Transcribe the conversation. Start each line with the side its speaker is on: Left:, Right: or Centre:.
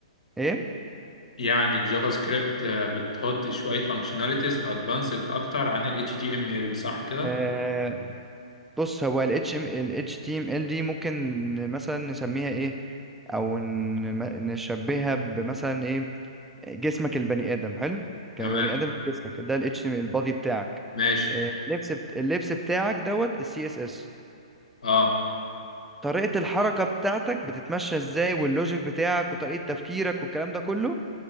Centre: ايه
Left: يعني الجافا سكريبت آه، بتحط شوية فانكشناليتيز ادفانسد اكتر عن ال HTML صح كده
Centre: آه بص هو الاتش ام الاتش تي ام ال دي ممكن مثلا نسميها ايه او ن- م- نشبهها بمثلا ايه جسمك البني ادم حلو كبني
Left: تمام
Centre: ادم جسمك ده الاتش ام البادي بتاعك
Left: ماشي
Centre: آه، اللبس بت... اللبس بتاعك دوت السي اس اس
Left: اه
Centre: طريقة الحركة بتاعتك بتتمشى ازاي واللوجيك بتاعك وطريقة تفكيرك والكلام ده كله